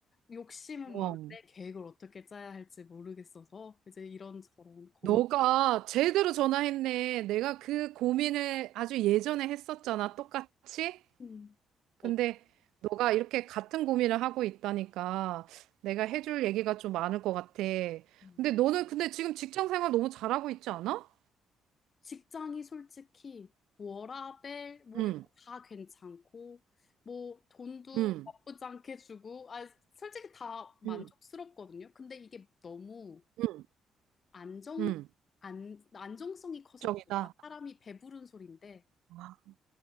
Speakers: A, on the left; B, on the right.
A: 욕심은
B: 어.
A: 많은데 계획을 어떻게 짜야 할지 모르겠어서 이제 이런저런 고민.
B: 너가 제대로 전화했네. 내가 그 고민을 아주 예전에 했었잖아. 똑같이.
A: 음.
B: 근데
A: 어,
B: 너가 이렇게 같은 고민을 하고 있다니까 내가 해줄 얘기가 좀 많을 것 같아.
A: 음,
B: 근데 너는 근데 지금 직장 생활 너무 잘하고 있지 않아?
A: 직장이 솔직히 워라밸 뭐
B: 응,
A: 이런 거 다 괜찮고 뭐 돈도
B: 응,
A: 나쁘지 않게 주고 아 솔직히 다 만족스럽거든요.
B: 응,
A: 근데 이게 너무
B: 응,
A: 안정
B: 응.
A: 안 안정성이 커서
B: 정이다.
A: 그런가? 사람이 배부른 소리인데
B: 아,